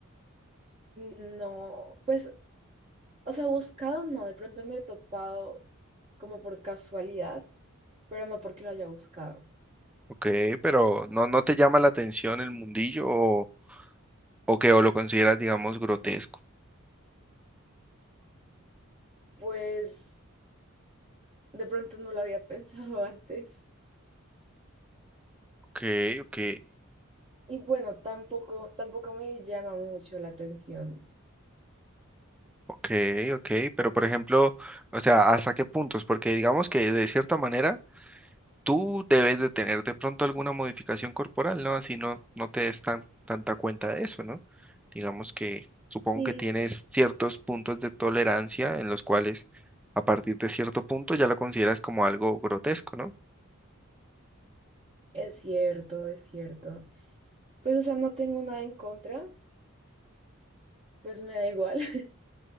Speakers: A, on the right; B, in the centre.
A: No, pues, o sea, buscado no, de pronto me he topado como por casualidad, pero no porque lo haya buscado.
B: Ok, pero ¿no, no te llama la atención el mundillo o, o que o lo consideras, digamos, grotesco?
A: Pues, de pronto no lo había <laughs> pensado antes.
B: Ok, ok,
A: Y bueno, tampoco, tampoco me llama mucho la atención.
B: ok, ok, pero por ejemplo, o sea, ¿hasta qué puntos? Porque digamos que de cierta manera tú debes de tener de pronto alguna modificación corporal, ¿no? Así no, no te des tan, tanta cuenta de eso, ¿no? Digamos que supongo
A: Sí.
B: que tienes ciertos puntos de tolerancia en los cuales a partir de cierto punto ya lo consideras como algo grotesco, ¿no?
A: Es cierto, es cierto. Pues, o sea, no tengo nada en contra, pues me da igual. <laughs>